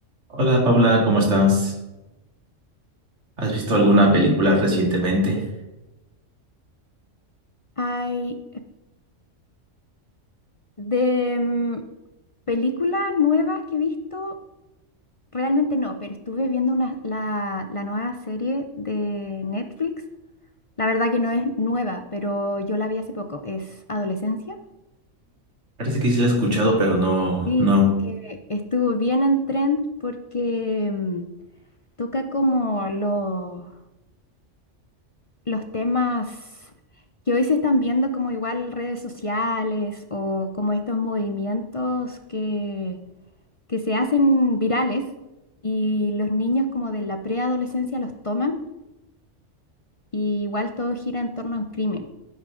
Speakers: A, on the right; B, on the left.
A: Hola Paula, ¿cómo estás? ¿Has visto alguna película recientemente?
B: Ay, de mm, películas nuevas que he visto, realmente no, pero estuve viendo una, la, la nueva serie de Netflix. La verdad que no es nueva, pero yo la vi hace poco, es Adolescencia.
A: Parece que sí la he escuchado, pero no,
B: Sí,
A: no.
B: que estuvo bien en trend porque mm, toca como lo- los temas que hoy se están viendo como igual redes sociales o como estos movimientos que que se hacen virales y los niños como de la preadolescencia los toman y igual todo gira en torno a un crimen,